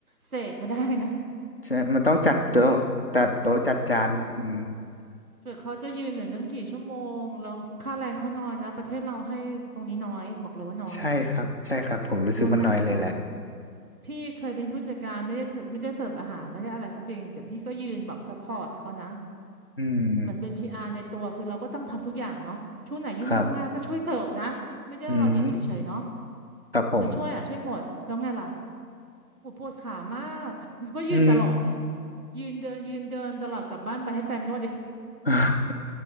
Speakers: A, on the right (about 60°); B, on the left (about 35°).
A: เสกมาได้นะ
B: ใช่มันต้องจัดโต๊ะจัดโต๊ะจัดจานอืม
A: อืมเกิดเขาจะยืนหนึ่งตั้งกี่ชั่วโมงแล้วค่าแรงเขาน้อยนะประเทศเราให้ตรงนี้น้อยบอกเลยว่าน้อย
B: ใช่ครับใช่ครับผมรู้สึกว่าน้อยเลยแหละ
A: งานหนักนะ พี่เคยเป็นผู้จัดการไม่ได้เสิร์ฟไม่ได้เสิร์ฟอาหารไม่ได้อะไรก็จริงแต่พี่ก็ยืนแบบซัพพอร์ตเขานะ
B: อืม
A: เหมือนเป็น PR ในตัวคือเราก็ต้องทำทุกอย่างเนาะช่วงไหนยุ่งมากๆก็ช่วยเสิร์ฟนะไม่ได้ว่ารอยืนเฉยๆเนาะ
B: ครับ อืมครับผม
A: เออช่วยอ่ะช่วยหมดแล้วไงล่ะโหปวดขามาก <laughs> เพราะยืนตลอดเนี่ย
B: อืม
A: ยืนเดินยืนเดินตลอดกลับบ้านไปให้แฟนนวด <laughs> เอง
B: <laughs>